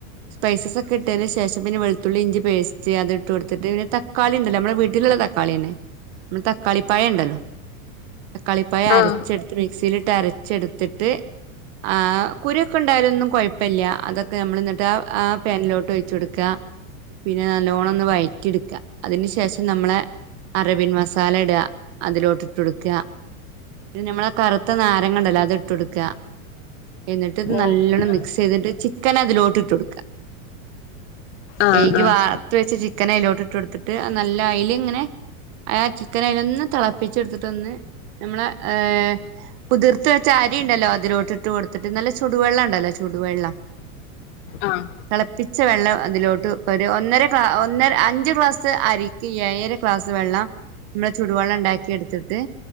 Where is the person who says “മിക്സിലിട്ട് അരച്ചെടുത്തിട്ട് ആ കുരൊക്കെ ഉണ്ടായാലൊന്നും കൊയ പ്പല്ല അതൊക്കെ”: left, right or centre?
Right